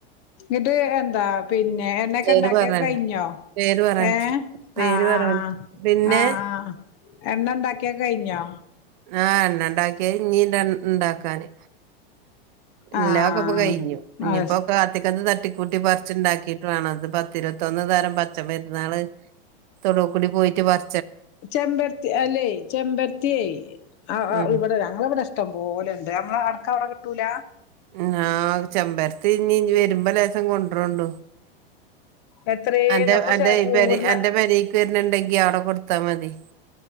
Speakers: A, on the left (about 35°); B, on the right (about 50°).
A: ഇത് എന്താ പിന്നെ എണ്ണക്കെ
B: പേര്
A: ഇണ്ടാക്കിയൊക്കെ
B: പറഞ്ഞണ്ട
A: കഴിഞ്ഞോ
B: പേര് പറയാൻ
A: ഏ
B: പറ്റില്ല പേര്
A: ആ
B: പറയാൻ
A: ആ
B: പറ്റില്ല പിന്നെ
A: ആ ആഹ് എണ്ണണ്ടാക്കിയൊക്കെ കഴിഞ്ഞൊ
B: ആ എണ്ണണ്ടാക്കിയെ ഇനീ ടൺ ഇണ്ടാക്കാന്
A: ആഹ്
B: ല്ലാ അക്കോ പ്പ കയ്ഞ്ഞു ഇഞ്പ്പക്കെ
A: അത്
B: അതികന്ന് തട്ടി കൂട്ടി പർച്ച്ണ്ടാകിട്ട് വേണം ത് പ്പ തിര ത്തെന്നു തരം പച്ചമര്ന്നള് തൊടുകൂടി പോയിട്ട് പർ
A: ചെമ്പര്ത്തി അല്ലേ ചെമ്പരത്യേ അ അ
B: ഉം
A: വടെ ഞങ്ങളവടെ ഇഷ്ട്ടം പോലണ്ട് ആ ആർക്കവടെ കിട്ടൂല
B: ഞാൻ ചെമ്പര്ത്തി ഇഞ് ജ്ജ് വരുമ്പം ലേസം കൊൻഡ്രോണ്ടു
A: എത്രേന്ന്
B: അന്റെ
A: അപ്പൊ
B: അന്റെ
A: ചെ പൂവിട്ണ
B: പെര അന്റെ പെരീക്കെര്ന്ന്ണ്ടങ്കി യവ്ടെകൊട്ത്താ മതി.